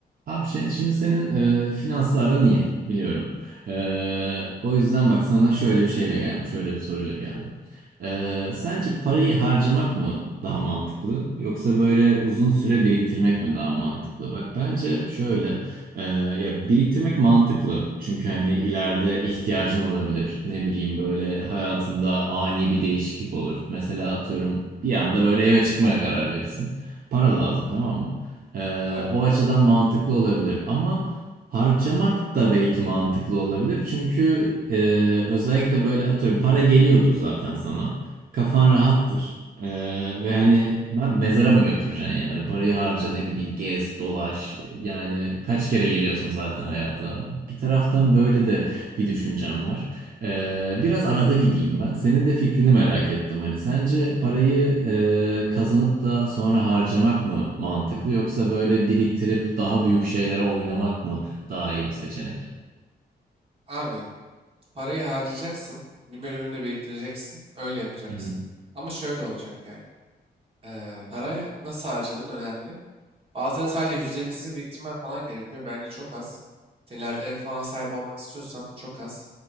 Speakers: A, on the right; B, on the right.
A: Abi şey- şimdi senin e, finansların iyi biliyorum. E, o yüzden bak sana şöyle bir şeyle geldim. Şöyle bir soruyla geldim. E, sence parayı harcamak mı daha mantıklı yoksa böyle uzun süre biriktirmek mi daha mantıklı? Bak bence şöyle e, ya biriktirmek mantıklı. Çünkü hani ileride ihtiyacın olabilir. Ne bileyim böyle hayatında ani bir değişiklik olur. Mesela atıyorum bir anda böyle eve çıkmaya karar verirsin. Para lazım tamam mı? Ee,
B: Aynen.
A: o açıdan mantıklı olabilir ama harcamak da belki mantıklı olabilir. Çünkü e, özellikle böyle atıyorum para geliyordur zaten sana. Kafan rahattır. Ee, ve hani ben mezara mı götüreceksin yani? Parayı harca ne bileyim gez, dolaş. Yani kaç kere geliyorsun zaten hayata. Bir taraftan böyle de bir düşüncem var. Ee, biraz arada gibiyim ben. Senin de fikrini merak ettim. Hani sence parayı e, kazanıp da sonra harcamak mı mantıklı yoksa böyle biriktirip daha büyük şeylere oynamak mı daha iyi bir seçenek?
B: Abi parayı harcayacaksın. Bir bölümünü de biriktireceksin. Öyle yapacaksın.
A: Hı
B: Ama şöyle olacak yani. Ee, parayı nasıl harcadığın önemli. Bazıları sadece %20'sini biriktirmen falan gerekiyor. Bence çok az. Sen ileride ev falan sahibi olmak istiyorsan çok az.